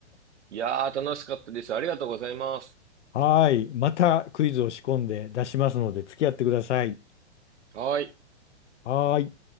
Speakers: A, on the right; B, on the left.
A: いやー、楽しかったです。ありがとうございます。
B: はーい。またクイズを仕込んで出しますので、付き合ってください。
A: はい。
B: はーい。